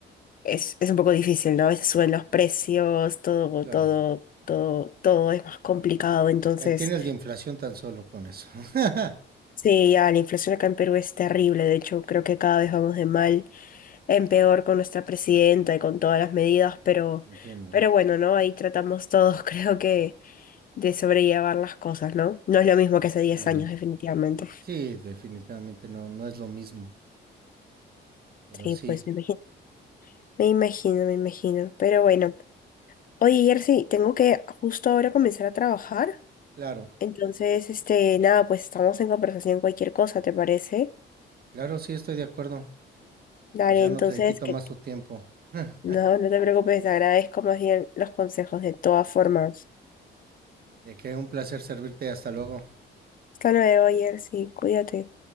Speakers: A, on the left; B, on the right.
A: es, es un poco difícil, ¿no? A veces suben los precios, todo,
B: claro.
A: todo, todo, todo es más complicado, entonces
B: Ahí tienes la inflación tan solo con eso. <laughs>
A: sí, ya la inflación acá en Perú es terrible, de hecho creo que cada vez vamos de mal. en peor con nuestra presidenta y con todas las medidas, pero,
B: Entiendo.
A: pero bueno, ¿no? Ahí tratamos todos, <laughs> creo que, de sobrellevar las cosas, ¿no? No es lo mismo que hace diez
B: Muy bien.
A: años, definitivamente.
B: Sí, definitivamente no, no es lo mismo. Pero
A: Sí,
B: sí,
A: pues me imagino, me imagino, me imagino. Pero bueno, oye, Jersey, tengo que justo ahora comenzar a trabajar.
B: claro.
A: Entonces, este, nada, pues estamos en conversación cualquier cosa, ¿te parece?
B: Claro, sí estoy de acuerdo.
A: Dale,
B: Pues ya
A: entonces,
B: no te quito
A: que
B: más tu tiempo. <laughs>
A: no, no te preocupes, te agradezco más bien los consejos de todas formas.
B: De que un placer servirte. Hasta luego.
A: Hasta luego, Jersey, cuídate.